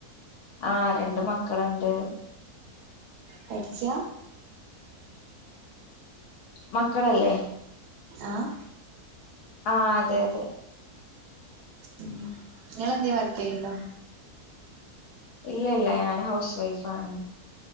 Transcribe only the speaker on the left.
ആഹ് രണ്ട് മക്കള്ണ്ട്
മക്കളല്ലേ
ആഹ് അതെ അതെ
ഇല്ല ഇല്ല ഞാന് ഹൗസ് വൈഫ് ആണ്